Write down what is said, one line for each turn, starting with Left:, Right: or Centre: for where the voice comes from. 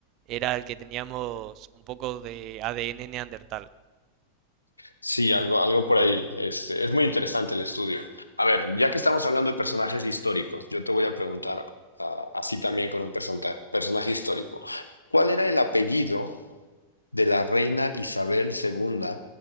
Right: era el que teníamos un poco de ADN neandertal.
Left: Sí, algo, algo por ahí. Este, es muy interesante el estudio. A ver, ya que estamos hablando de personajes históricos, yo te voy a preguntar ah, así también con un personta- personaje histórico. ¿Cuál era el apellido de la reina Isabel II